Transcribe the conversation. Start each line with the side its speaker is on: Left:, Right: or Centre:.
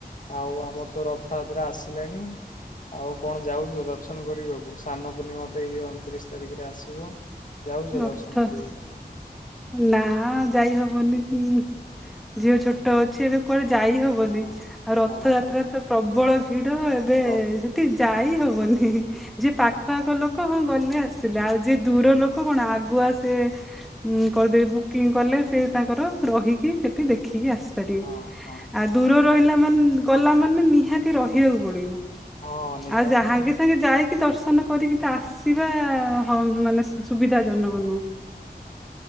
Left: ଆଉ ଆମର ତ ରଥଯାତ୍ରା ଆସିଲାଣି। ଆଉ କଣ ଯାଉଚୁ ଦର୍ଶନ କରିବାକୁ ସାନ ପୂର୍ଣିମା ତ ଏଇ ଅଣତିରିଶ ତାରିଖରେ ଆସିବ। ଯାଉଛ
Centre: ରଥ
Left: ଦର୍ଶନ କରିବାକୁ
Centre: ନାଁ ଯାଇ ହବନି ଉଁ। ଝିଅ
Left: ହଁ
Centre: ଛୋଟ ଅଛି
Left: ହଁ
Centre: ଏବେ କୁଆଡେ ଯାଇ ହବନି
Left: ହଁ
Centre: ଆଉ ରଥଯାତ୍ରା
Left: ହଁ ହଁ।
Centre: ତ ପ୍ରବଳ ଭିଡ ଏବେ
Left: ହଁ ର
Centre: ଏ ସେଠି ଯାଇ ହବନି। ଯିଏ ପାଖ ଆଖ ଲୋକ ହଁ ଗଲେ ଆସିଲେ ଆଉ ଯିଏ ଦୂର
Left: ହୁଁ
Centre: ଲୋ ଆଗୁଆ ସେ ଉଁ
Left: ହୁଁ।
Centre: କରିଦେବେ ବୁକିଂ କଲେ ସେ ତାଙ୍କର ରହିକି ସେଠି ଦେ ଦେଖିକି ଆସିପାରିବେ।
Left: ହଁ ହଁ
Centre: ଆଉ ଦୂର ରହିଲା ମାନ ଗଲା ମାନେ ନିହାତି ରହିବାକୁ ପଡିବ।
Left: ହଁ ନିହାତି
Centre: ଆଉ ଯାହା ସାଙ୍ଗେ
Left: ତମେ
Centre: ସାଙ୍ଗେ ଯାଇକି ଦର୍ଶ ନ କରିକି ତ ଆସିବା ହଁ ମାନେ ସୁବିଧା ଜନକ
Left: ହଁ
Centre: ନୁହଁ।
Left: ହଁ।